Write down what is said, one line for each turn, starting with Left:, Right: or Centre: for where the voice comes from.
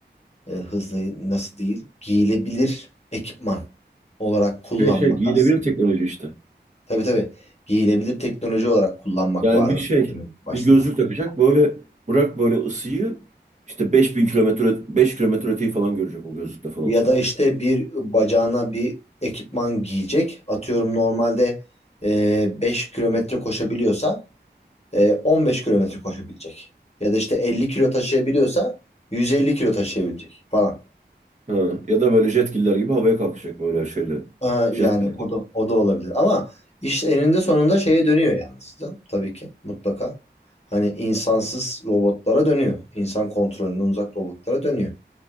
Left: e, hızlı nasıl değil giyilebilir ekipman olarak kullanmak
Right: Şey şey giyilebilir
Left: aslında.
Right: teknoloji işte.
Left: Tabii tabii giyilebilir teknoloji olarak kullanmak
Right: Yani
Left: vardı
Right: bir şey,
Left: bölüm başında.
Right: bir gözlük takacak böyle bırak böyle ısıyı işte 5000 kilometre 5 kilometre öteyi falan görecek o gözlükle falan
Left: Ya
Right: filan.
Left: da işte bir bacağına bir ekipman giyecek. Atıyorum normalde e, 5 kilometre koşabiliyorsa e, 15 kilometre koşabilecek. Ya da işte 50 kilo taşıyabiliyorsa 150 kilo taşıyabilecek falan.
Right: Ha, ya da böyle jetkiller gibi havaya kalkacak böyle şeyle.
Left: Ha,
Right: Jetpack
Left: yani o
Right: gibi.
Left: da o da olabilir. Ama iş eninde sonunda şeye dönüyor yalnız. Can- Tabii ki mutlaka. Hani insansız robotlara dönüyor. İnsan kontrolünden uzak robotlara dönüyor.